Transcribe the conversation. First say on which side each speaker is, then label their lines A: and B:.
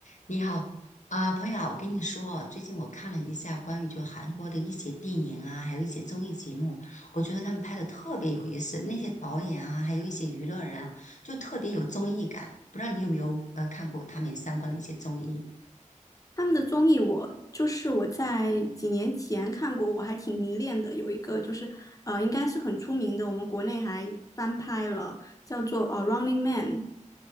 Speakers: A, on the left; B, on the left.
A: 你好，啊、朋友啊，我跟你说啊，最近我看了一下关于就韩国的一些电影啊，还有一些综艺节目，我觉得他们拍的特别有意思，那些导演啊，还有一些娱乐人啊，就特别有综艺感。不知道你有没有呃看过他们相关的一些综艺
B: 他们的综艺我就是我在几年前看过，我还挺迷恋的。有一个就是呃，应该是很出名的，我们国内还翻拍了，叫做呃《Running Man》。